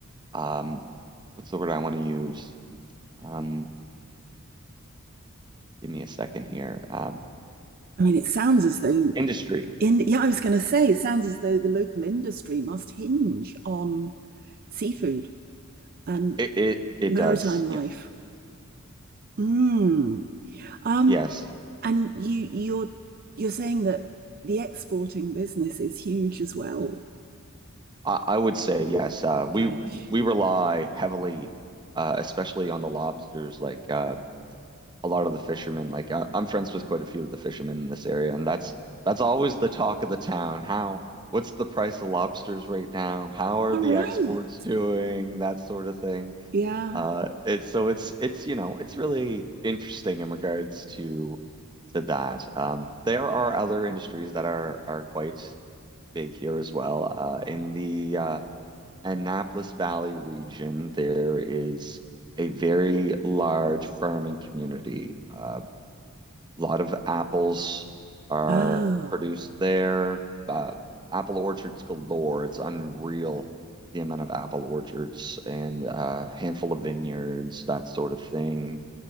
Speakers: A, on the right (about 20°); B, on the right (about 40°).
A: um, what's the word I want to use? Um, give me a second here. Um,
B: I mean, it sounds as though
A: industry.
B: in yeah, I was going to say, it sounds as though the local industry must hinge on seafood and
A: It it it
B: maritime
A: does.
B: life.
A: Yes.
B: Mm. Um,
A: Yes.
B: and you you're you're saying that the exporting business is huge as well.
A: I, I would say yes. Uh, we
B: Gosh.
A: we rely heavily, uh, especially on the lobsters. Like uh, a lot of the fishermen. Like uh, I'm friends with quite a few of the fishermen in this area, and that's that's always the talk of the town. How what's the price of lobsters right now? How are
B: All
A: the
B: right.
A: exports doing? That sort of thing.
B: Yeah.
A: Uh, it's so it's it's you know it's really interesting in regards to to that. Um, there are other industries that are are quite big here as well. Uh, in the uh, Annapolis Valley region, there is a very large farming community. Um, a lot of apples are
B: Oh,
A: produced there. Uh, apple orchards galore. It's unreal the amount of apple orchards and a handful of vineyards, that sort of thing,